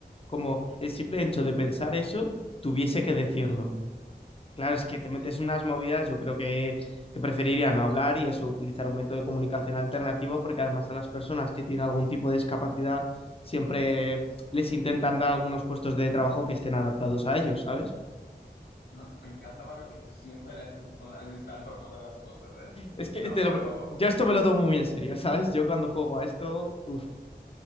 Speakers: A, on the left (about 35°); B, on the left (about 75°).
A: como el simple hecho de pensar eso, tuviese que decirlo. Claro, es que te metes
B: Sí,
A: en unas movidas, yo creo que, que preferiría no hablar y eso, utilizar un método de comunicación alternativo, porque además a las personas que tienen algún tipo de discapacidad siempre les intentan dar algunos puestos de trabajo que estén adaptados a ellos, ¿sabes?
B: No, me encanta, Marco, que tú siempre le haces un análisis tan profundo de las cosas, ¿eh?
A: Es que
B: No,
A: te
B: pero,
A: lo- yo esto me lo tomo muy en serio, <laughs> ¿sabes? Yo cuando juego a esto, uff,